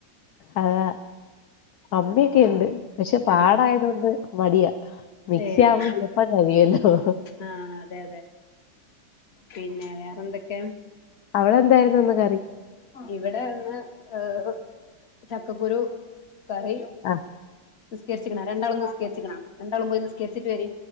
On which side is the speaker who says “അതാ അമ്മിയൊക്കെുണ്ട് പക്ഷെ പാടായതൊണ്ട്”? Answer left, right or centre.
Left